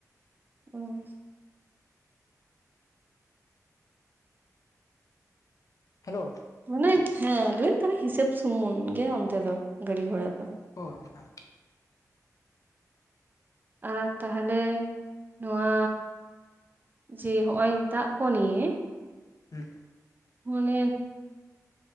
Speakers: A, on the right (about 30°); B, on the left (about 60°).
A: <unintelligible>
B: ᱦᱮᱞᱳ
A: ᱢᱟᱱᱮ ᱦᱮᱸ ᱞᱟᱹᱭ ᱛᱟᱦᱚᱞᱮ ᱦᱤᱥᱟᱹᱵ ᱥᱩᱢᱩᱱ ᱜᱮ ᱚᱱᱛᱮ ᱫᱚ ᱜᱟᱹᱰᱤ ᱜᱷᱚᱲᱟ ᱫᱚ
B: ᱦᱳ ᱦᱮᱸ
A: ᱟᱨ ᱛᱟᱦᱚᱞᱮ ᱱᱚᱣᱟ ᱡᱮ ᱦᱚᱜᱼᱚᱭ ᱫᱟᱜ ᱠᱚ ᱱᱤᱭᱮ
B: ᱦᱮᱸ
A: ᱢᱚᱱᱮ